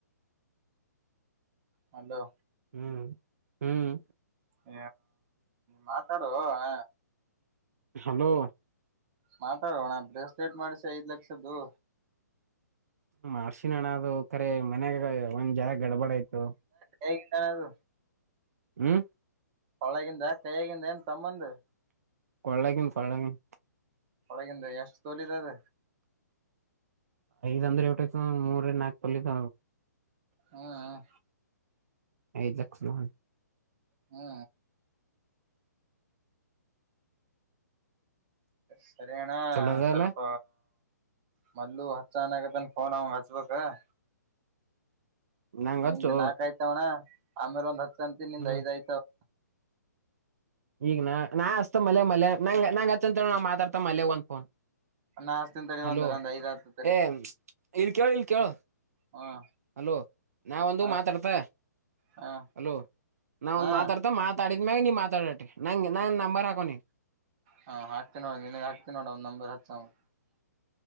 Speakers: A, on the right; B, on the right.
A: ಹಲೋ
B: ಹ್ಮ್ ಹ್ಮ್
A: ಹ ಮಾತಾಡು ಹಣ
B: ಹಲೋ
A: ಮಾತಾಡೋಣ ಬ್ರೆಸ್ಲೆೇಟ್ ಮಾಡಿಸಿ ಐದ್ ಲಕ್ಷದ್ದು.
B: ಮಾರ್ಷಿನಣ ಅದು ಕರೆ ಮನ್ಯಾಗ ಒಂದ್ ಜಾಗ ಗಡಬಡ ಆಯ್ತು.
A: ಹೇಗಿಟಾನನು
B: ಹ್ಮ
A: ಒಳಗಿಂದ ಕೈಯಾಗಿಂದ ಏನ್ ತಮ್ಮಂದು
B: ಕೊಳ್ಳಗಿನ ಕೋಳ್ಳಗಿನ್
A: ಕೊಳಗಿಂದ ಎಷ್ಟು ತೋಲಿದದ.
B: ಐದ್ ಅಂದ್ರೆ ಎಟ ಆಯ್ತಾ ಮೂರ ನಾಲ್ಕು ತಲ್ಲಿದ.
A: ಹ್ಮ್ ಹ
B: ಐದಕ್ಸ್ ಮಾನ
A: ಹ್ಮ ಸರಿ ಅಣ್ಣ
B: ಚಲೋದಲ್ಲ
A: ಸ್ವಲ್ಪ ಮಲ್ಲು ಅಚಾನಕತನ್ ಫೋನ್ ಅವಗ ಹಚ್ಬಬೇಕು.
B: ನಂಗ
A: ನಿಂದು
B: ಹಚ್ಚು
A: ನಾಕ ಆಯ್ತಾವಣ್ಣ ಆಮೇಲೆ ಒಂದ್ ಅಚ್ಚು ನಿಂದ್
B: ಹ್ಮ್
A: ಐದ್ ಆಯ್ತ. <inaudible>
B: ಈಗ ನ ನಾ ಅಚಾ ಮಲ್ಯಾ ಮಲ್ಯಾ ನಂಗ ನಂಗ ಅಚ್ಚ ಅಂತ ಹೇಳ ನಾ ಮಾತಾಡ್ತ ಮಲ್ಯಾ ಒಂದ್ ಫೋನ್.
A: ನಾ ಹಸ್ತಿನ ತಡಿ
B: ಹಲೋ
A: ಒಂದು ನಂದ್ ಐದ್ ಆತ ತಡಿ
B: ಏ ಇಲ್ಲಿ ಇಲ ಕೇಳ.
A: ಹ್ಮ
B: ಹಲೋ ನಾವ ಒಂದು
A: ಹ
B: ಮಾತಾಡ್ತ.
A: ಹ
B: ಹಲೋ ನಾವ ಒಂದ್
A: ಹಾ
B: ಮಾತಾಡ್ತ ಮಾತಾಡಿದ್ಮ್ಯಾಗ ನೀ ಮಾತಾಡಟಿ ನಂಗ ನಾ ನಂಬರ್ ಹಾಕವಾನಿಗ.
A: ಹಾ ಹಾಕ್ತಿನಿ ನೋಡ ನಿನಗ್ ಹಾಕ್ತಿನಿ ನೋಡ <unintelligible>